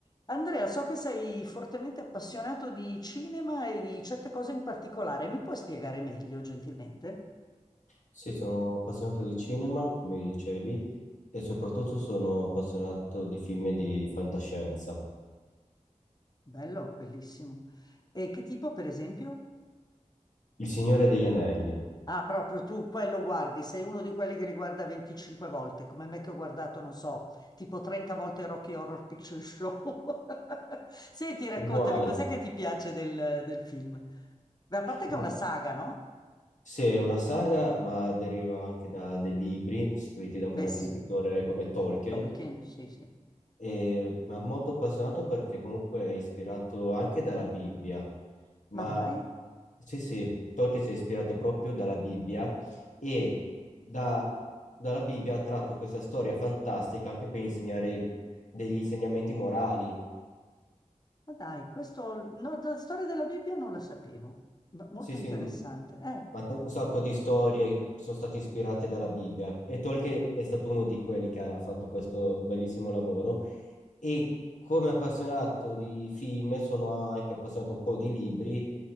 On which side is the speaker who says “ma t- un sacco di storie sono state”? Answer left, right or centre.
Left